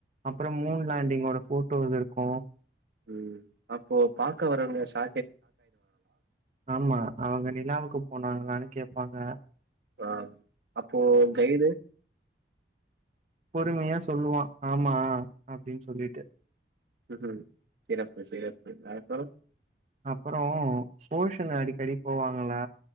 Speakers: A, on the right (about 40°); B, on the right (about 70°).
A: அப்புறம் மூன் லேண்டிங்கோட ஃபோட்டோ இது இருக்கும்
B: உம் அப்போ பாக்க வரவங்க சா
A: ஆமா அவங்க நிலாவுக்கு போனாங்களான்னு கேட்பாங்க
B: ஆஹ அப்போ கைடு
A: பொறுமையா சொல்லுவா ஆமா அப்படின்னு சொல்லிட்டு
B: உம் சிறப்பு சிறப்பு அதுக்கப்புறம்
A: அப்புறம் போஷன் அடிக்கடி போவாங்களா